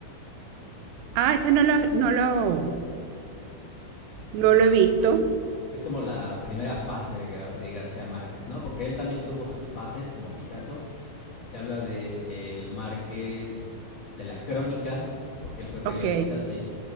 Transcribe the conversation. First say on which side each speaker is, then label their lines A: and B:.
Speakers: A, on the right; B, on the left.
A: Ah, ese no lo, no lo, no lo he visto.
B: Es como la primera fase de, Ga- de García Márquez, ¿no? Porque él también tuvo sus fases, como Picasso. Se habla de eh, el Márquez de la Crónica, porque él fue periodista,
A: Ok,
B: sí.